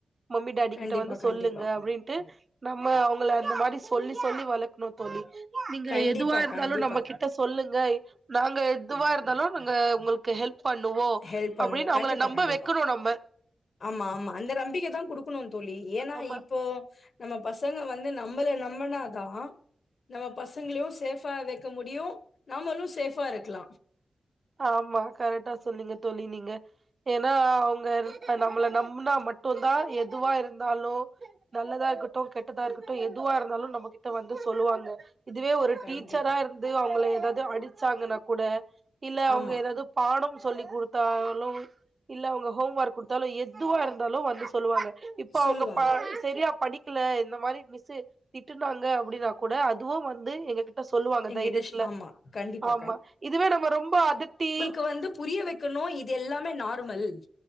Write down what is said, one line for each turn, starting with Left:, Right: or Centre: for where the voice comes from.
Right: மம்மி டாடி
Left: கண்டிப்பா,
Right: கிட்ட வந்து சொல்லுங்க
Left: கண்டிப்பா.
Right: அப்டின்ட்டு நம்ம அவங்கள அந்த மாரி சொல்லி சொல்லி வளத் தோழி நீங்க
Left: கண்டிப்பா,
Right: எதுவா இருந்தாலு
Left: கண்டிப்பா.
Right: நம்ம கிட்ட ட்ட சொல்லுங்க நாங்க எதுவா இருந்தாலு நாங்க உங்களுக்கு ஹெல்ப் பண்ணுவோ
Left: ஹெல்ப் பண்ணுவோம்.
Right: அப்டின்னு அவுங்கள
Left: கண்டிப்பா,
Right: நம்ப
Left: கண்டிப்பா.
Right: வக்கணு நம்ம
Left: ஆமா ஆமா அந்த நம்பிக்க தா குடுக்கணு தோழி ஏன்னா
Right: ஆமா
Left: இப்போ நம்ம பசங்க வந்து நம்மள நம்புனாதா நம்ம பசங்களையு சேஃபா வெக்க முடியு நாமளு சேஃபா இருக்கலா
Right: ஆமா கரெட்டா சொன்னீங்க தோழி நீங்க ஏனா அவுங்க இப்ப நம்மள நம்புனா மட்டுந்தா எதுவா இருந்தாலு நல்லதா இருக்கட்டு கெட்டதா இருக்கட்டு எதுவா இருந்தாலு நம்மகிட்ட வந்து சொல்லுவாங்க இதுவே ஒரு
Left: கண்டிப்பா.
Right: டீச்சரா இருந்து அவுங்கள எதாவுது அடிச்சாங்கன்னா கூட இல்ல அவுங்க
Left: ஆமா.
Right: எதாவுது பாடம் சொல்லி குடுத்தாலு இல்ல அவுங்க ஹோம் ஒர்க் குடுத்தாலு எதுவா இருந்தாலு வந்து சொல்லுவாங்க இப்ப
Left: சொல்லுவாங்க.
Right: அவுங்க பா செரியா படிக்கல இந்த மாரி மிஸ்சு திட்டுனாங்க அப்டின்னா கூட அதுவு வந்து எங்ககிட் ட சொல்லுவாங்க
Left: எங்கிட்ட
Right: தைரியத்துல
Left: ஷ் ஆமா கண்டிப்பா
Right: ஆமா இதுவே நம்ம ரொம்போ அதட்டி
Left: இப்ப வந்து புரிய வெக்கணு இது எல்லாமே நார்மல்